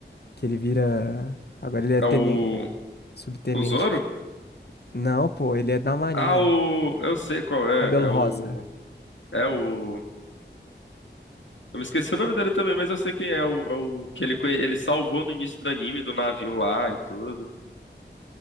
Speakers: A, on the left; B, on the left.
A: que ele vira. Agora ele é tenen,
B: o.
A: subtenente.
B: O Zoro?
A: Não, pô, ele é da Marinha.
B: Ah, o. Eu sei qual é.
A: Cabelo
B: É
A: rosa.
B: o. É o. Eu me esqueci o nome dele também, mas eu sei quem é. O, é o que ele, conhe- ele salvou no início do anime, do navio lá e tudo.